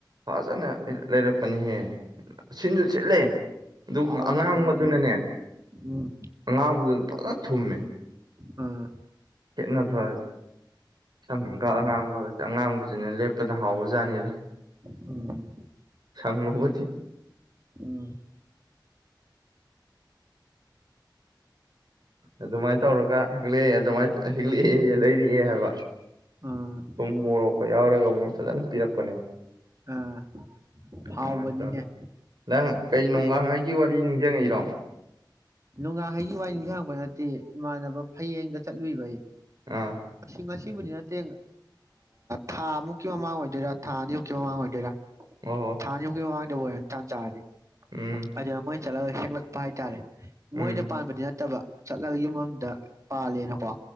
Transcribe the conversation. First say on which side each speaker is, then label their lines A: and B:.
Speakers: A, on the right; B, on the right.
A: ꯍꯖꯅꯦ ꯂꯩꯔꯦ ꯃꯅꯤ ꯍꯦ ꯁꯤꯟꯁꯨ ꯆꯠꯂꯦ ꯑꯗꯨꯒ
B: ꯍꯥꯎꯕꯅꯦ
A: ꯑꯉꯥꯡꯕꯗꯨꯅꯅꯦ
B: ꯑꯩꯗꯤ ꯎꯝ
A: ꯑꯉꯥꯡꯕꯗꯨ ꯄ ꯊꯨꯝꯃꯦ
B: ꯑ
A: ꯈꯦꯠꯅꯕ ꯁꯝꯒ
B: ꯎꯝ
A: ꯑꯉꯥꯡꯕ ꯑꯉꯥꯡꯕꯁꯤꯅ ꯂꯦꯄ ꯄꯗ ꯍꯥꯎꯕꯖꯥꯅꯤꯗꯣ
B: ꯎꯝ
A: ꯁꯪꯕꯕꯗꯤ
B: ꯎꯝ
A: ꯑꯗꯨꯃꯥꯏꯅ ꯇꯧꯔꯒ ꯍꯂꯑꯦ ꯑꯗꯨꯃꯥꯏꯅ ꯍꯤꯂꯛꯑꯦ ꯂꯩꯔꯛꯑꯦ ꯍꯥꯏꯕ
B: ꯑꯥ
A: ꯁꯨꯝ ꯃꯣꯔꯣꯛꯀ ꯌꯥꯎꯔꯒ ꯃꯣꯏ ꯐꯖꯅ ꯄꯤꯔꯛꯄꯅꯦ
B: ꯑꯥ ꯍꯥꯎꯕꯅꯤꯅꯦ
A: ꯅꯨꯡꯥꯏꯇꯔꯦ ꯅꯗꯪ
B: ꯑꯩ
A: ꯀꯩ ꯅꯣꯡꯒꯈꯩꯒꯤ ꯋꯥꯔꯤ ꯅꯤꯡꯁꯤꯡꯉꯛꯏꯔꯣ
B: ꯅꯣꯡꯉꯥꯍꯩꯒꯤ ꯋꯥ ꯅꯤꯡꯁꯤꯡꯥꯡꯉꯛꯄ ꯅꯠꯇꯦ ꯏꯃꯥꯟꯅꯕ ꯐꯌꯦꯡꯗ ꯆꯠꯂꯨꯏꯕ ꯑꯩ
A: ꯑꯥ
B: ꯁꯤꯉ ꯁꯤꯕꯨꯗꯤ ꯅꯠꯇꯦ ꯊꯥꯃꯨꯛꯀꯤ ꯃꯃꯥꯡ ꯑꯣꯏꯗꯣꯏꯔꯥ ꯊꯥ ꯑꯅꯤꯃꯨꯛꯀꯤ ꯃꯃꯥꯡ ꯑꯣꯏꯗꯣꯏꯔꯥ
A: ꯑꯣꯍꯣ
B: ꯊꯥ ꯑꯅꯤꯃꯨꯛꯀꯤ ꯃꯃꯥꯡꯗ ꯑꯣꯏꯔꯅꯤ ꯇꯥꯟ ꯆꯥꯔꯗꯤ
A: ꯎꯝ
B: ꯑ ꯃꯣꯏ ꯆꯠꯂꯒ ꯁꯦꯂꯛꯄ ꯍꯥꯏꯇꯥꯔꯦ ꯃꯣꯏꯗ
A: ꯎꯝ
B: ꯄꯥꯟꯕꯗꯤ ꯅꯠꯇꯕ ꯆꯠꯂꯒ ꯌ ꯃꯝꯗ ꯄꯥꯜꯂꯦꯅꯀꯣ